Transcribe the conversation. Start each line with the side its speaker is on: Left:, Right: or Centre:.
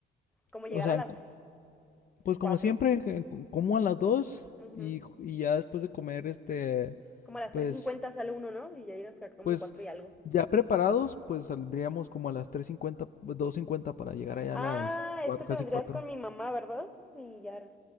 Centre: Como llegar
Left: O sea,
Centre: a las
Left: en cu- pues como
Centre: 4.
Left: siempre, que en cu- como a las dos
Centre: Ujú.
Left: y, y ya después de comer, este,
Centre: Como a las
Left: pues,
Centre: tres cincuenta sale uno, ¿no? Y ya ir hasta como
Left: pues
Centre: cuatro y algo.
Left: ya preparados, pues saldríamos como a las tres cincuenta dos cincuenta para llegar allá
Centre: Ah,
Left: a las cuat-
Centre: es que te
Left: casi
Centre: vendrías
Left: cuatro
Centre: con mi mamá, ¿verdad? Y ya.